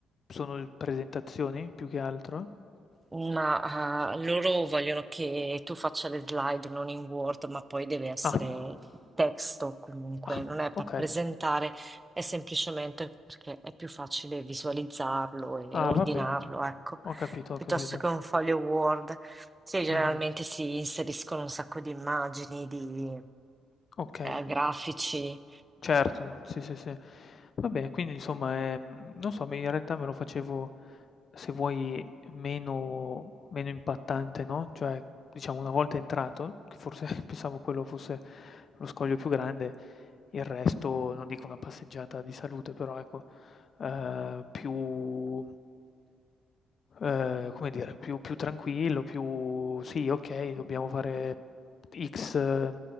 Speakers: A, on the left (about 50°); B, on the right (about 20°).
A: sono l presentazioni più che altro?
B: Ma ah, loro vogliono che tu faccia le slide non in Word, ma poi deve essere
A: Ah,
B: testo comunque,
A: ah,
B: non è per
A: okay.
B: presentare, è semplicemente perché è più facile visualizzarlo e
A: Ah,
B: ordinarlo,
A: va bene.
B: ecco,
A: Ho capito,
B: piuttosto
A: ho capito.
B: che un foglio Word. Sì, generalmente
A: Mh-mh.
B: si inseriscono un sacco di immagini, di
A: Okay.
B: eh, grafici.
A: Certo, sì, sì, sì. Vabbè, quindi insomma, ehm, non so, me in realtà me lo facevo, se vuoi, meno meno impattante, no, cioè, diciamo una volta entrato, che forse <laughs> pensavo quello fosse lo scoglio più grande, il resto non dico una passeggiata di salute, però ecco, ehm, più ehm, come dire, più più tranquillo, più sì, okay, dobbiamo fare X eh,